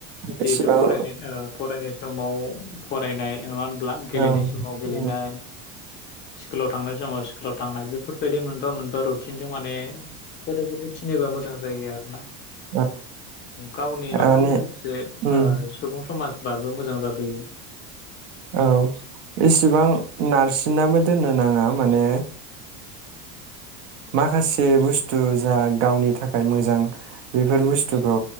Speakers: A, on the left (about 30°); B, on the right (about 65°).
A: जिहेथु
B: एसेबां
A: फरायनाय
B: औ
A: ओ फरायनाय समाव फरायनाय एमान ब्लां गेलेनाय
B: उम
A: समाव गेलेनाय स्कुलाव थांनाय समाव स्कुलाव थांनाय बेफोरबायदि मोनबा मोनबा रुद थिनजों माने फट'। थिनोबा मोजां जायो आरो ना।
B: औ
A: गावनि
B: माने
A: न'खरनि लोगोसे
B: उम
A: सुबुं समाज। दाबो मोजां जाबोयो।
B: औ इसिबां नारसिनाबो दोननो नाङा माने माखासे बुस्थु जा गावनि थाखाय मोजां बेफोर बुस्थुखौ